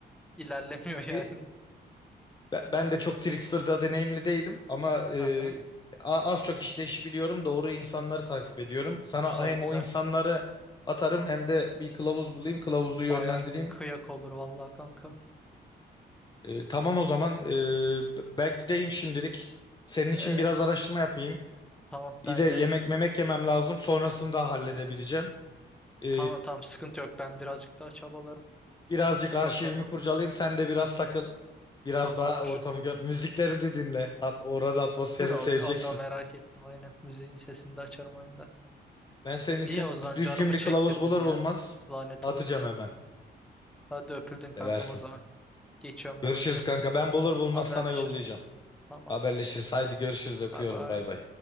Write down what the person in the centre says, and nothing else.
İlerlemiyor <laughs> yani.
Aha.
Güzel
güzel.
Baya kıyak olur vallahi kanka.
Ee,
tamam
ben
de
tamam.
Tamam tamam sıkıntı yok. Ben birazcık daha çabalarım.
Bakarım.
Tamamdır.
Dur o-
onu da merak ettim aynen. Müziğin sesini de açarım oyunda.
İyi Ozan
canımı
çektirdin
ya.
Lanet
olası.
Hadi öpüldün kankam
o zaman. Geçiyorum ben
oyuna.
Tamam
haberleşiriz.
Tamam.
Bay bay.